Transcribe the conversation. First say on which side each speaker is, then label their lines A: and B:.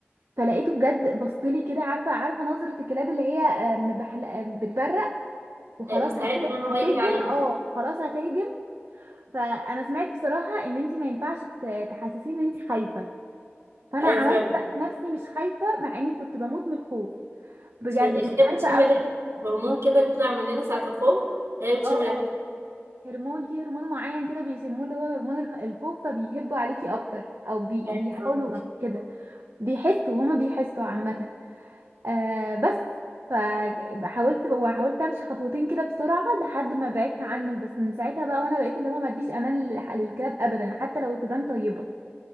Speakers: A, on the right; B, on the right.
A: فلقيته بجد بصلي كده عارفة عارفة نظرة الكلاب اللي هي آه، م- بحل- آه، بتبرق وخلاص
B: مستعد
A: هت-
B: ان هو
A: هتهجم
B: يجري عليك
A: اه خلاص هتهجم فأنا سمعت بصراحة إن انتي ما ينفعش ت- تحسسيه إن انتي خايفة فانا
B: ايوه
A: عملت
B: فعلا
A: بقى نفسي مش خايفه مع اني كنت بموت من الخوف بجد
B: ش- الكلاب
A: كنت خايفه
B: بتشم
A: قوي
B: ريحه هرمون كده بيطلع مننا ساعه الخوف فهي بتشم
A: اه
B: ريحته
A: هرمون في هرمون معين كده بيسموه اللي هو هرمون الخ- الخوف فبيهبوا عليكي اكتر او بي
B: ايوه
A: بيحاولوا
B: بالظبط
A: كده بيحسوا هما بيحسوا عامه آه بس فحاولت وحاولت امشي خطوتين كده بسرعه لحد ما بعدت عنه بس من ساعتها بقى وانا بقيت اللي هو ما اديش امان للح- للكلاب ابدا حتى لو تبان طيبه